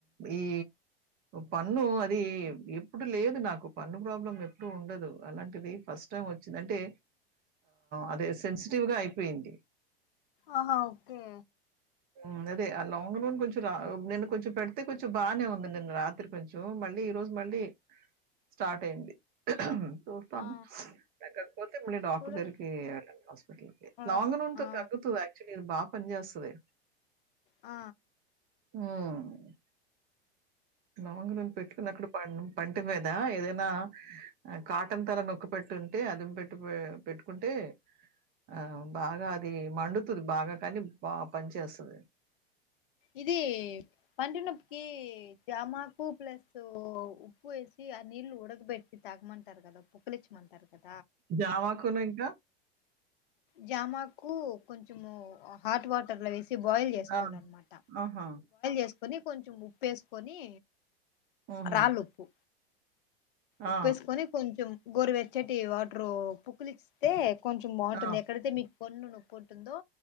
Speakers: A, on the right (about 30°); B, on the left (about 55°).
A: ఈ పన్ను అది ఎప్పుడు లేదు నాకు పన్ను ప్ర ప్రాబ్లం ఎప్పుడు ఉండదు అలాంటిది ఫస్ట్ టై వచ్చిందింటే అదే ఆ సెన్సిటివ్ గా అ పోయింది
B: ఆహా ఓకే
A: మ్ అదే ఆ లాంగ్ రోన్ కొంచెం రా నేను కొంచెం పెడితే కొంచెం బానే ఉంది నిన్న రాత్రి కొంచెం మళ్ళీ ఈ రోజు మళ్ళీ స్టార్ట్ అయింది చూస్తాను
B: ఆ
A: తగ్గకపోతే మళ్ళీ డాక్టర్
B: చూడండి
A: దగరికి ఎల్లాలి హాస్పల్కి
B: ఆ
A: లవంగ నూనె తో
B: ఆ
A: తగ్గుదు యాక్చువలీ అది బా పనిజేస్తది
B: ఆ
A: మ్ లవంగం నునే పెట్టుకుని అక్కడ పన్ను పంటి మీద ఏదైనా కాటన్ తల నొక్కు పెట్టుంటే అదిం పెట్టి పెట్టుకుంటే టే ఆ బాగా అది మండుతుంది బాగా కానీ బా పని చేస్తది
B: ఇది పంటి నొప్పికి జమాకు ప్లస్ ఉప్పు వేసి ఆ నీళ్ళు ఉడకబెట్టి తాగమంటారు కదా పొక్కలిచ్చమంటారు కద్
A: జామాకును ఇంకా
B: జామాకు కొంచము హాట్ వాటర్ లో వేసి బాయిల్ చేసుకోవాలన్నమాట్
A: ఆ, ఆహా
B: వేసుకొని కొంచెం ఉప్పేసుకొని
A: ఉహు,
B: రాళ్ళుప్పు ఉప్పుేసుకొని
A: ఆ,
B: కొంచెం గోరువెచ్చటి వాటరు పుకులిస్తే కొంచెం బాగుంటుంది
A: ఆ,
B: ఎక్కడైతే మీకు పన్ను నొప్పు ఉంటుందో